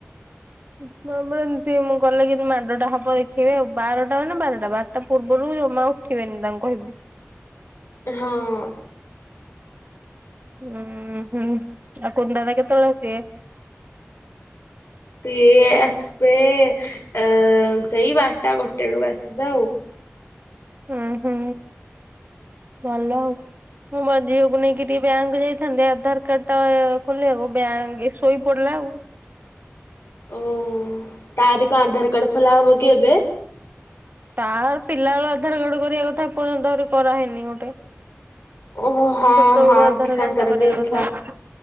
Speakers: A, on the right; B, on the left.
A: ହୁଁ ହଁ ବା ଏମିତି ମୁଁ ଗଲେ କିନ୍ତୁ ମାଡ଼ଟା ହବ ଦେଖିବେ ଆଉ ବାରଟା ମାନ ବାରଟା ବାରଟା ପୂର୍ବରୁ ଜମା ଉ ଉଠିବେନି ତାଙ୍କୁ କହିବୁ
B: ହଁ
A: ହୁଁ ହୁଁ ଆଉ କୁନୁ ଦାଦା କେତେବେଳେ ଆସିବେ?
B: ସିଏ ଆସିବେ ଅ ସେଇ ବାରଟା ଗୋଟେ ବେଳକୁ ଆସିବେ ଆଉ
A: ହୁଁ ହୁଁ ଭଲ ଆଉ ମୁଁ ବା ଝିଅକୁ ନେଇକି ଟିକେ ବ୍ୟାଙ୍କକୁ ଯାଇଥାନ୍ତେ ଆଧାର କାର୍ଡ ଟା ଖୋଲି ଆକୁ ବ୍ୟାଙ୍କ ଶୋଇ ପଡିଲା ଆଉ
B: ଓ ତାରି କଣ ଆଧାର କାର୍ଡ ଖୋଲା ହବ କି ଏବେ
A: ତାର ପିଲାବେଳୁ ଆଧାର କାର୍ଡ କରିବା କଥା ଏପର୍ଯ୍ୟନ୍ତ ଆହୁରି କରା ହେଇନି ଗୋଟେ।
B: ଓହୋ ହଁ
A: ଛୋଟବେଳୁ
B: ହଁ
A: ଆଧାର
B: ସାଙ୍ଗରେ
A: କାର୍ଡଟା କରିବା
B: ବି ହେଇଥିଲା
A: କଥା।